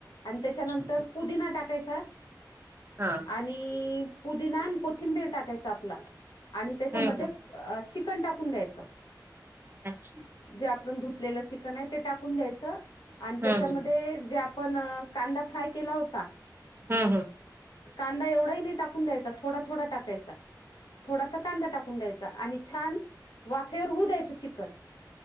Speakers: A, on the left (about 80°); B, on the right (about 30°).
A: आणि त्याच्यानंतर
B: अच्छा
A: पुदिना टाकायचा
B: हा
A: आणि पुदीनान कोथिंबीर टाकायचा आपला आणि
B: हम्म
A: त्याच्यामध्ये
B: हम्म
A: चिकन टाकून द्यायचं
B: अच्छा
A: जे आपण धुतलेलं चिकन आहे ते टाकून द्यायचं आणि
B: हम्म
A: त्याच्यामध्ये जे आपण कांदा फ्राय केला होता
B: हम्म हम्म
A: कांदा एवढाही नाही टाकून द्यायचा थोडा थोडा टाकायचा थोडासा कांदा टाकून द्यायचा आणि छान वाफेवर होऊ द्यायचं चिकन